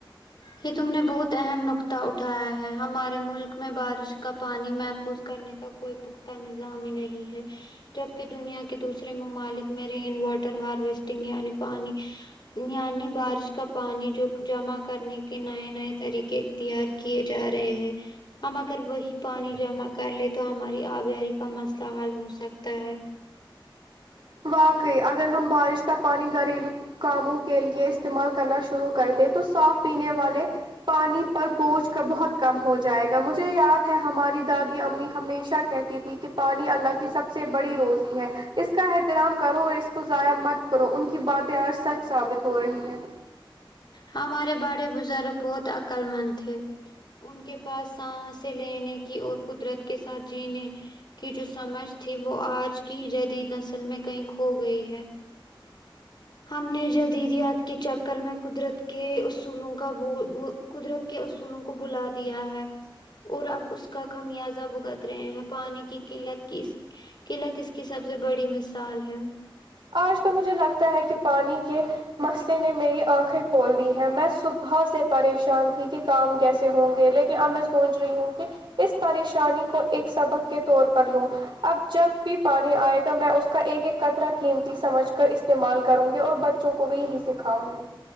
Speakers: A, on the left; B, on the right.
A: یہ تم نے بہت اہم نکطہ اٹھایا ہے ہمارے ملک میں بارش کا پانی محفوظ کرنے کا کوئی پختہ نظام ہی نہیں ہے جبک دنیا کے دوسرے ممالک میں رین واٹر ہارویسٹنگ یعنی پانی یعنی بارش کا پانی جو جمع کرنے کہ نئے نئے طریقے اختیار کیے جا رہے ہیں ہم اگر وہی پانی جمع کر لے تو ہماری آبیاری کا مسئلہ حل ہو سکتا ہے
B: واقعی اگر ہم بارش کا پانی گھریلو کاموں کے لیے استعمال کرنا شروع کر دے تو صاف پینے والے پانی پر بوجھ کا بہت کم ہو جائے گا مجھے یاد ہے ہماری دادی امی ہمیشہ کہ تی تھی کہ پانی اللہ کی سب سے بڑی روزی ہے اس کا احترام کرو اور اس کو ضائع مت کرو ان کی باتیں آج سچ ثابت ہو رہی ہیں
A: ہمارے بڑے بزرگ بہت عقلمند تھے ان کے پاس سانسیں لینے کی اور قدرت کے ساتھ جینے کی جو سمجھ تھی وہ آج کی جدید نسل میں کہیں کھو گئی ہے ہم نے جدیدیات کے چکر میں قدرت کے اصولوں کا ب قدرت کے اصولوں کو بھولا دیا ہے اور اب اس کا خمیازہ بھوگت رہے ہیں پانی کی قلت کی قلت اس کی سب سے بڑی مثال ہے
B: آج تو مجھے لگتا ہے کہ پانی کے مسلہ نے میری آنکھیں کھول دی ہیں میں صبح سے پریشان تھی کہ کام کیسے ہوں گے لیکن اب میں سوچ رہی ہوں کہ اس پریشانی کو ایک سبق کے طور پر لوں اب جب بھی پانی آئے گا میں اس کا ایک ایک قطرہ قیمتی سمجھ کر استعمال کروں گی اور بچوں کو بھی یہی سکھاؤں گی